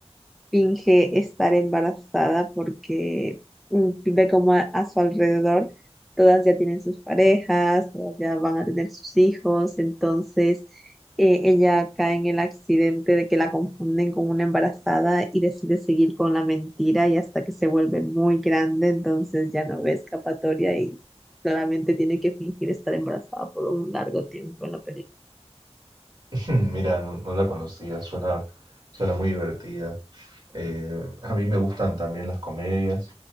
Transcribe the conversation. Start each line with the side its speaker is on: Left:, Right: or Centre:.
Centre: finge estar embarazada porque mm, ve como a, a su alrededor todas ya tienen sus parejas, todas ya van a tener sus hijos, entonces eh, ella cae en el accidente de que la confunden con una embarazada y decide seguir con la mentira y hasta que se vuelve muy grande, entonces ya no ve escapatoria y claramente tiene que fingir estar embarazada por un largo tiempo en la película.
Right: <laughs> Hmm, Mira, no, no la conocía, suena, suena muy divertida. Eh, a mí me gustan también las comedias.